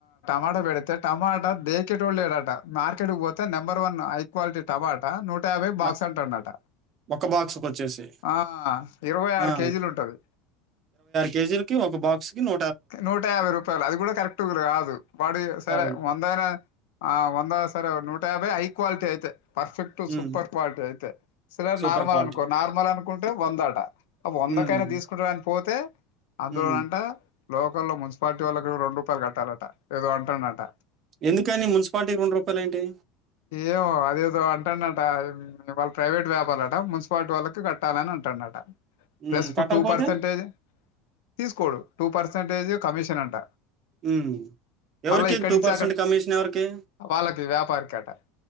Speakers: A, on the left; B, on the right.
A: మాటా పెడితే టమాటా దేకెటోడ్ లేడు ఆట మార్కెట్ పోతే నెంబర్ వన్ హై క్వాలిటీ టమాటా ను టయాభై బాక్స్
B: ఆహ్,
A: అంటండటా
B: ఒక బాక్స్‌కొచ్చేసి.
A: ఆ ఇరవై ఆరు
B: ఆ!
A: కేజీలు ఉంటది
B: కేజీలకి ఒక బాక్స్‌కి రూ.
A: నూట యాభై రూపాయలు అది కూడా కరెక్ట్గా రాదు వాడు సరే
B: అవును.
A: వంద ఐన ఆ వంద సరే నూట యాభై హై క్వాలిటీ అయితే పర్ఫెక్ట్
B: హ్మ్.
A: సూపర్ క్విటీ అయితే సరే
B: సూపర్
A: నార్మల్
B: క్వాలిటీ.
A: అనూక్ కో నార్మల్ అనుకుంటే వందట వందకైనా
B: హ్మ్.
A: తీసుకుంటడు అని పోతే అందులోనంట
B: హ్మ్.
A: లోకల్లో మున్సిపాలిటీ ఓళ్లక్ ఒ రెండు రూపాయలు కట్టాలట ఏదో అంటాండట
B: ఎందుకని మున్సిపాలిటీకి రూ. ఏంటి?
A: ఏమో అదేదో అంటాండట వాళ్ళు ప్రైవేట్ వ్యాపారులట మున్సిపాలిటీ వాళ్ళకి కట్టాలని అంటాండట
B: హ్మ్.
A: ప్లస్ ఇప్పుడు
B: కట్టకపోతే?
A: టూ పర్సంటేజి తీసుకోడు టూ పర్సంటేజి కమిషన్ అంట
B: మ్ ఎవరికి
A: మళ్ళీ ఇక్కడి
B: టూ
A: నుంచి
B: పర్సెంట్
A: అక్కడ
B: కమిషన్ ఎవరికి
A: వాళ్ళకి వ్యాపారికి అట